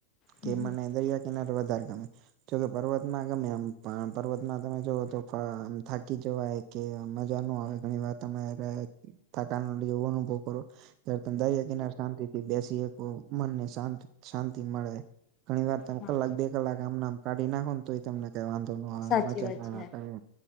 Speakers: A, on the left; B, on the right.
A: હમ
B: કે મને દરિયા કિનારે વધારે ગમે. જોકે પર્વતમાં ગમે આમ પર્વતમાં તમે જોઓ તો આમ થાકી જવાય. કે મજા ન આવે ઘણી વાર તમે થકાન <unintelligible> અનુભવ કરો. <unintelligible> દરિયા કિનારે શાંતિથી બેસી હકો મનને શાંત શાંતિ મળે. ઘણી વાર તમે
A: હા
B: કલાક બે કલાક આમના આમ કાઢી નાખો ને તોય તમને કઈ વાંધો ન આવે
A: સાચી
B: મજા
A: વાત
B: ના
A: છે
B: આવે.